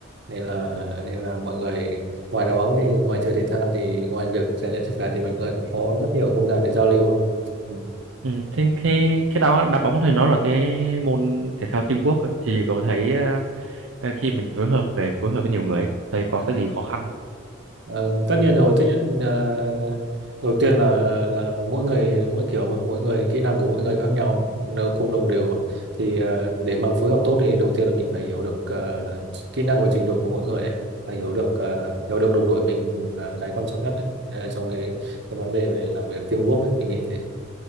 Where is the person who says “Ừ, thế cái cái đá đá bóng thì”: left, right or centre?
Right